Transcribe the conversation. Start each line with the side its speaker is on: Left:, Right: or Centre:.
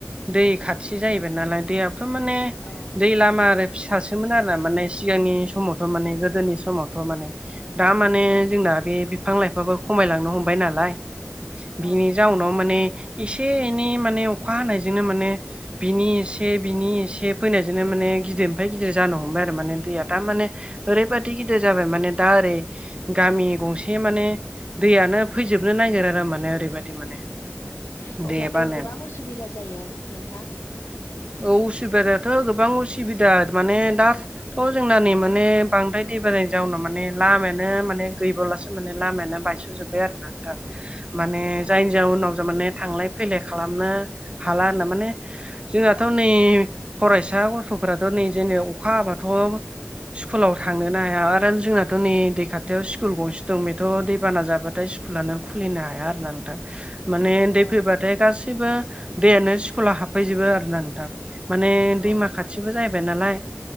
Right: दै खाथि जाहैबाय नालाय दैयाथ' माने
Left: औ
Right: दै लामा आरो फिसासोमोन आरो ना माने सिगांनि समावथ' माने गोदोनि समावथ' माने दा माने
Left: औ
Right: जोंना बे बिफां लाइफाबो खमायलांनो हमबाय नालाय बिनि
Left: औ
Right: जाउ न' माने एसे एनै माने अखा हानायजोंनो माने बिनि एसे बिनि एसे फैनायजोंनो माने गिदिरनिफ्राय गिदिर जानो हमबाय आरो माने दैया थारमाने ओरैबादि गिदिर जाबाय माने दा ओरै गामि गंसे माने दैयानो फैजोबनो नागिर आरो माने ओरैबायदि माने
Left: औ अब्लाथ'
Right: देबानो
Left: गोबां उसुबिदा जायो नोंथां
Right: औ उसुबिदायाथ' गोबां उसुबिदा माने दा थ' जोंना नै माने बांद्राय दै बानानि जाउनाव माने लामायानो माने गैबावलासो माने लामायानो बायस'जोब्बाय आरो ना नोंथां माने
Left: औ
Right: जायनि जाउनाव माने थांलाय फैलाय खालामनो हाला होनना माने जोंनाथ' नै फरायसा गथ'फोराथ' नै जेने अखा हाबाथ' स्कुलाव था थांनोना हाया आरो जोंनाथ' नै दै खाथियाव स्कुल गंसे दं बेथ' दैबाना जाबाथाय स्कुल स्कुलानो खुलिनो हाया आरो ना नोंथां माने उन्दै
Left: औ
Right: फैबाथाय गाैबो दैयानो स्कुलाव हाबफैजोबो आरो ना नोंथां माने
Left: औ
Right: दैमा खाथिबो जाहैबाय नालाय